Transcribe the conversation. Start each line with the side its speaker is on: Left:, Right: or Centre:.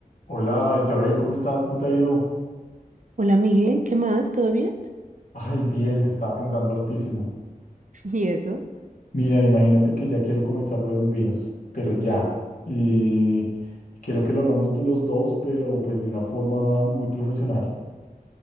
Left: Hola Isabel, ¿cómo estás? ¿Cómo te ha ido?
Right: Hola, Miguel, ¿qué más? ¿Todo bien?
Left: Ay, bien, te estaba pensando hartísimo.
Right: <laughs> ¿Y eso?
Left: Mira, imagínate que ya quiero comenzar lo de los vinos, pero ya. Y quiero que lo hagamos los dos, pero pues de una forma muy profesional.